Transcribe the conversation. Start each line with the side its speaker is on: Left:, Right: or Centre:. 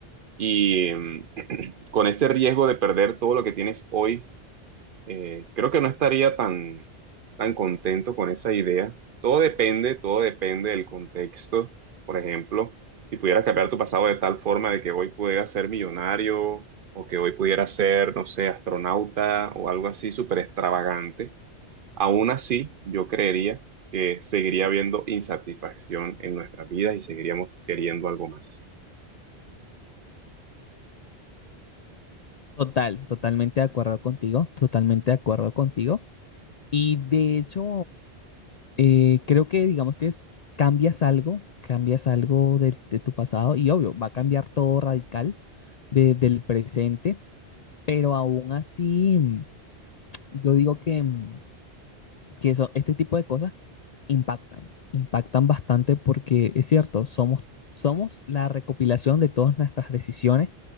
Right: Y mm, con ese riesgo de perder todo lo que tienes hoy, eh, creo que no estaría tan, tan contento con esa idea. Todo depende, todo depende del contexto. Por ejemplo, si pudieras cambiar tu pasado de tal forma de que hoy pudieras ser millonario o que hoy pudieras ser, no sé, astronauta o algo así súper extravagante, aún así yo creería que seguiría habiendo insatisfacción en nuestras vidas y seguiríamos queriendo algo más.
Left: Total, totalmente de acuerdo contigo, totalmente de acuerdo contigo. Y de hecho, eh, creo que digamos que es- cambias algo, cambias algo del- de, tu pasado y obvio, va a cambiar todo radical de- del presente, pero aún así, mm, yo digo que, mm, que eso, este tipo de cosas impactan, impactan bastante porque es cierto, somos, somos la recopilación de todas nuestras decisiones